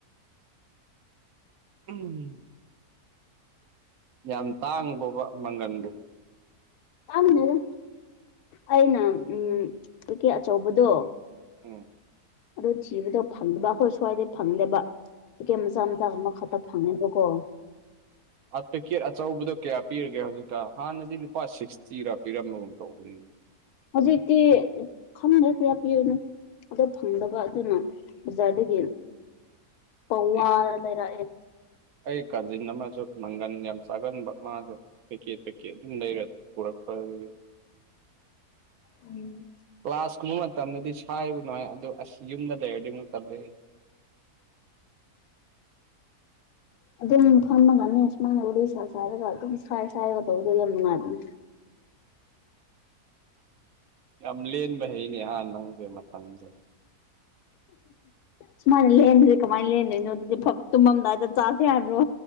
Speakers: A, on the right; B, on the left.
A: ꯎꯝ ꯌꯥꯝ ꯇꯥꯡꯕ꯭ꯔꯣ ꯃꯪꯒꯟꯗꯨ
B: ꯈꯪꯗꯦꯗ ꯑꯩꯅ ꯎ ꯇ <inaudible> ꯔꯤꯀꯦ ꯑꯆꯧꯕꯗꯣ
A: ꯎꯝ
B: ꯑꯗꯨ ꯊꯤꯕꯗꯣ ꯐꯪꯗꯕ ꯑꯩꯈꯣꯏ ꯁ꯭ꯋꯥꯏꯗꯩ ꯐꯪꯗꯦꯕ ꯄꯤꯀꯦꯠ ꯃꯆꯥ ꯃꯆꯥ ꯑꯃ ꯐꯪꯉꯦꯕ ꯀꯣ
A: ꯑꯣ ꯄꯦꯀꯦꯠ ꯑꯆꯧꯕꯗꯣ ꯀꯌꯥ ꯄꯤꯔꯒꯦ ꯍꯧꯖꯤꯛꯀꯥꯟ ꯍꯥꯟꯅꯗꯤ ꯂꯨꯄꯥ ꯁꯤꯛꯁꯇꯤꯔꯥ ꯄꯤꯔꯝꯕꯒꯨꯝ ꯇꯧꯕꯅꯤꯅ
B: ꯍꯧꯖꯤꯛꯗꯤ ꯈꯪꯗꯦ ꯀꯌꯥ ꯄꯤꯕꯅꯣ ꯑꯗꯣ ꯐꯪꯗꯕ ꯑꯗꯨꯅ ꯕꯖꯥꯔꯗꯒꯤ ꯄꯥꯋꯥ
A: ꯑꯩ
B: ꯂꯩꯔꯛꯑꯦ
A: ꯑꯩ ꯀꯥꯖꯤꯟ ꯑꯃꯁꯨ ꯃꯪꯒꯟ ꯌꯥꯝ ꯆꯥꯒꯟꯕ ꯃꯥꯁꯨ ꯄꯩꯀꯦꯠ ꯄꯩꯀꯦꯠ ꯑꯗꯨꯝ ꯂꯩꯔ ꯄꯨꯔꯛꯄꯒꯤ
B: ꯎꯝ
A: ꯀ꯭ꯂꯥꯁ ꯀꯨꯝꯕ ꯃꯇꯝꯗꯗꯤ ꯁꯥꯏꯕ ꯅꯨꯡꯉꯥꯏ ꯑꯗꯨ ꯑꯁ ꯌꯨꯝꯗ ꯂꯩꯔꯗꯤ ꯑꯃꯨꯛ ꯇꯥꯜꯂꯦ <inaudible>
B: ꯑꯗꯨꯝ ꯐꯝꯃꯒꯅꯦ ꯁꯨꯃꯥꯏꯅ ꯎꯔꯤ ꯁꯥ ꯆꯥꯏꯔꯒ ꯑꯗꯨꯝ ꯁꯥꯏ ꯁꯥꯏꯔꯒ ꯇꯧꯕꯗꯣ ꯌꯥꯝ ꯅꯨꯡꯉꯥꯏꯕꯅꯦ
A: ꯌꯥꯝ ꯂꯦꯟꯕ ꯍꯩꯅꯦ ꯍꯥ ꯅꯪꯁꯦ ꯃꯇꯝꯁꯦ
B: ꯁꯨꯃꯥꯏꯅ ꯂꯦꯟꯗ꯭ꯔꯗꯤ ꯀꯃꯥꯏꯅ ꯂꯦꯟꯗꯣꯏꯅꯣ ꯑꯗꯨꯗꯤ ꯇꯨꯝꯃꯝꯗꯥꯏꯗ ꯆꯥꯁꯦ ꯍꯥꯏꯕ꯭ꯔꯣ